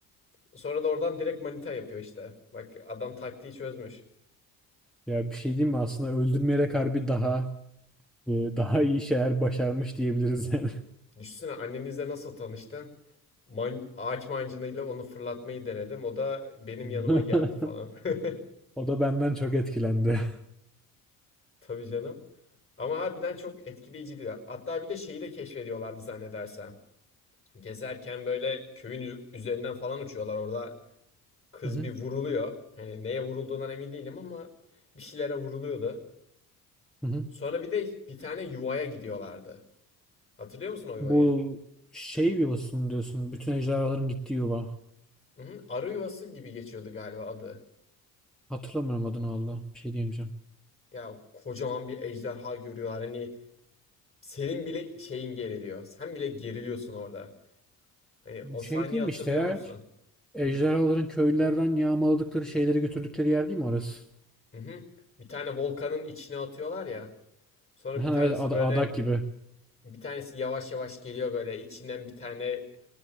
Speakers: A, on the left; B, in the centre.
A: Sonra da oradan direkt manita yapıyor işte. Bak adam taktiği çözmüş.
B: Ya bir şey diyeyim mi aslında öldürmeyerek harbi daha e, daha iyi şeyler başarmış diyebiliriz yani.
A: Düşünsene annenizle nasıl tanıştın? Man ağaç mancınıyla onu fırlatmayı denedim. O da benim
B: <laughs>
A: yanıma geldi falan. <laughs>
B: O da benden çok etkilendi.
A: Tabii canım. Ama harbiden çok etkileyiciydi. Hatta bir de şeyi de keşfediyorlardı zannedersem. Gezerken böyle köyün üzerinden falan uçuyorlar. Orada kız
B: Hı hı,
A: bir vuruluyor. Hani neye vurulduğundan emin değilim ama bir şeylere vuruluyordu.
B: hı hı.
A: Sonra bir de bir tane yuvaya gidiyorlardı. Hatırlıyor musun o yuvayı?
B: Bu şey yuvası mı diyorsun? Bütün ejderhaların gittiği yuva.
A: Hı hı. Arı yuvası gibi geçiyordu galiba adı.
B: Hatırlamıyorum adını aldı. Bir şey diyemeyeceğim.
A: Ya kocaman bir ejderha görüyorlar. Hani senin bile şeyin geriliyor. Sen bile geriliyorsun orada. Hani
B: Bu
A: o
B: şey
A: sahneyi
B: değil
A: hatırlıyor
B: mi işte ya?
A: musun?
B: Ejderhaların köylülerden yağmaladıkları şeyleri götürdükleri yer değil mi orası?
A: Hı hı. Bir tane volkanın içine atıyorlar ya. Sonra
B: Ha,
A: bir tanesi
B: evet ad-
A: böyle
B: adak gibi.
A: bir tanesi yavaş yavaş geliyor böyle içinden bir tane